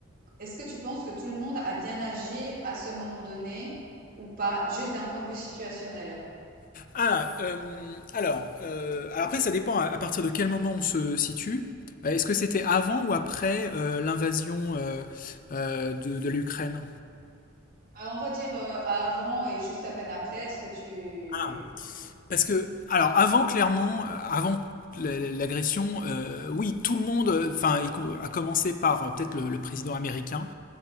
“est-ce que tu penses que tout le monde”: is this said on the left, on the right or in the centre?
Right